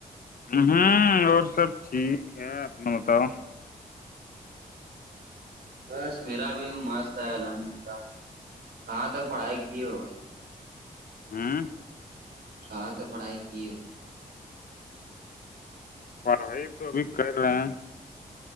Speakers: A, on the left; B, on the right.
A: ہوں اور سب ٹھیک ہے اپنا بتاؤ
B: بس میرا بھی مست ہے الحمدللہ کہاں تک پڑھائی کیے ہوئے
A: ہاں
B: کہاں تک پڑھائی کیے ہو
A: پڑھائی تو ابھی کر رہے ہیں